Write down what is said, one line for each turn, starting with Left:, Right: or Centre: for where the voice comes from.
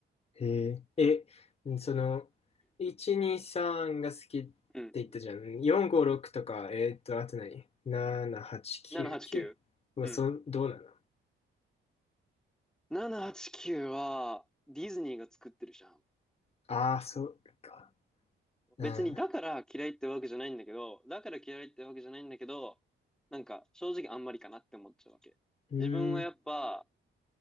Left: ー、へえ。え、その、1、2、3が好きって言ったじゃん。
Centre: うん。
Left: 4、5、6とか、えーっと、あと何 ?7、8、9、
Centre: 789。
Left: 9。は、
Centre: うん。
Left: そ、どうなの
Centre: 789はちきゅうは、ディズニーが作ってるじゃん。
Left: ああー、そうか。うん、
Centre: 別にだから嫌いってわけじゃないんだけど、
Left: う
Centre: だから嫌いってわけじゃないんだけど、なんか正直あんまりかなって思っちゃうわけ。自分はやっぱ、
Left: ーん、